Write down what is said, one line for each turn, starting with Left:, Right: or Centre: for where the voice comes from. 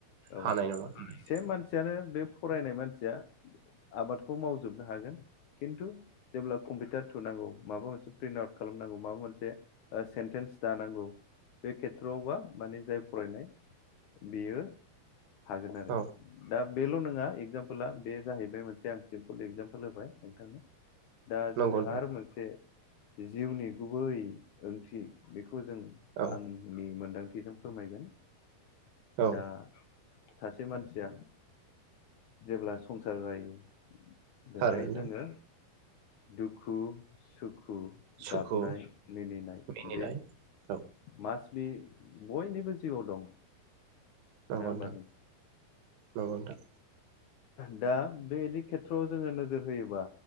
Right: हानाय
Left: औ
Right: नङा उम
Left: से मानसियानो बे फरायनाय मानसिया आबादखौ मावजोबनो हागोन खिन्थु जेब्ला कम्पिउटार थुनांगौ माबा मोनसे प्रिन्ट आउट खालामनांगौ माबा मोनसे सेन्टेन्स दानांगौ बे खेथ्रआवबा मानि जाय फरायनाय बेयो हागोन आरो
Right: औ
Left: दा बेल' नङा एक्जामपला बे जाहैबाय मोनसे सिम्पोल एक्जामपोल होबाय नोंथांनो दा
Right: नंगौ
Left: जोङो
Right: नोंथां
Left: आरो मोनसे जिउनि गुबै ओंथि बेखौ ओंथिखौ जों
Right: औ
Left: आंनि मोन्दांथि जों फोरमायगोन
Right: औ
Left: दा सासे मानसिया जेब्ला संसार जायो। बेहाय
Right: थारैनो
Left: जोङो
Right: नोंथां
Left: दुखु सुखु दुखु
Right: सुखु
Left: गाबनाय सैनाय
Right: मिनिनाय
Left: बे
Right: औ
Left: मा कास्बि बयनिबो जिउआव दं
Right: नंगौ
Left: नङा होमबा
Right: नोंथां नंगौ नोंथां
Left: दा बेबायदि खेथ्रआव जोङो नोजोर होयोबा